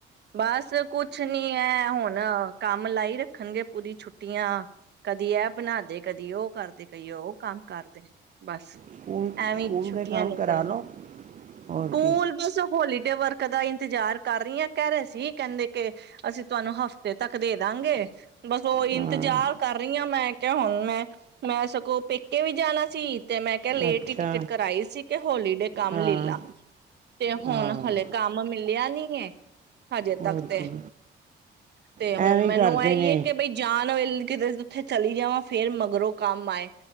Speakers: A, on the right; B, on the right.
A: ਬਸ ਕੁਛ ਕੁਛ ਨੀ ਹੈ, ਹੁਣ ਕੰਮ ਲਾਈ ਰੱਖਣਗੇ ਪੂਰੀ ਛੁੱਟੀਆਂ ਕਦੀ ਇਹ ਬਣਾਦੇ ਕਦੀ ਉਹ ਕਰਦੇ ਕਦੀ ਉਹ ਕੰਮ ਕਰਦੇ ਬਸ
B: ਸਕੂਲ
A: ਐਵੇਂ
B: ਸਕੂਲ
A: ਛੁੱਟੀਆਂ
B: ਦੇ ਕੰਮ
A: ਨਿਕਲਣੀ
B: ਕਰਾ ਲਓ ਹੋਰ
A: ਸਕੂਲ
B: ਕੀ
A: ਬਸ ਹੋਲੀਡੇ ਵਰਕ ਦਾ ਇੰਤਜ਼ਾਰ ਕਰ ਰਹੀ ਹਾਂ ਕਹਿ ਰਹੇ ਸੀ ਕਹਿੰਦੇ ਕਿ ਅਸੀਂ ਤੁਹਾਨੂੰ ਹਫ਼ਤੇ ਤੱਕ ਦੇ ਦਾਂਗੇ ਬਸ ਉਹ
B: ਹਾਂ
A: ਇੰਤਜ਼ਾਰ ਕਰ ਰਹੀ ਹ ਮੈਂ ਹੁਣ ਮੈਂ ਮੈਂ ਸਗੋਂ ਪੇਕੇ ਵੀ ਜਾਣਾ ਸੀ। ਤੇ ਕ ਲੇਟ
B: ਅੱਛਾ
A: ਹੀ ਟਿਕਟ ਕਰਾਈ ਸੀ ਕਿ ਹੋਲੀਡੇ ਕੰਮ
B: ਹਾਂ
A: ਲੈ ਲਾ ਤੇ ਹੁਣ
B: ਹਾਂ
A: ਹਲੇ ਕੰਮ ਮਿਲਿਆ ਨੀ ਕੀ ਏ ਹਜੇ
B: ਹੋਰ
A: ਤੱਕ ਤੇ
B: ਕੀ
A: ਤੇ ਹੁਣ
B: ਐਵੇਂ
A: ਮੈਨੂੰ
B: ਹੀ ਕਰਦੇ
A: ਇਹੀ
B: ਨੇ
A: ਹੈ ਕਿ ਬਈ ਜਾਣ ਵੇ ਕਿਤੇ ਉੱਥੇ ਚਲੀ ਜਾਵਾਂ ਫੇਰ ਮਗਰੋਂ ਕੰਮ ਆਏ